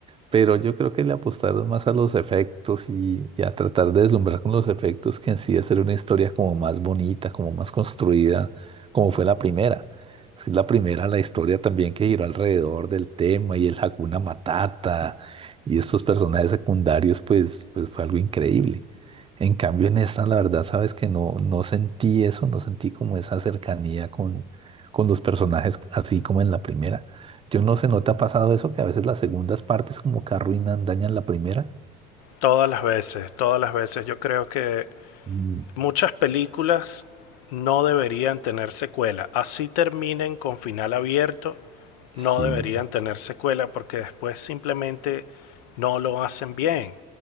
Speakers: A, on the right; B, on the left.
A: pero yo creo que le apostaron más a los efectos y, y a tratar de deslumbrar con los efectos que en sí hacer una historia como más bonita, como más construida, como fue la primera. Es que la primera, la historia también que giró alrededor del tema y el Hakuna Matata y estos personajes secundarios, pues, pues fue algo increíble. En cambio, en esta, la verdad, sabes que no, no sentí eso, no sentí como esa cercanía con, con los personajes así como en la primera. Yo no sé, ¿no te ha pasado eso? Que a veces las segundas partes como que arruinan, dañan la primera.
B: Todas las veces, todas las veces. Yo creo que
A: Mm,
B: muchas películas no deberían tener secuela. Así terminen con final abierto, no
A: Sí,
B: deberían tener secuela porque después simplemente no lo hacen bien.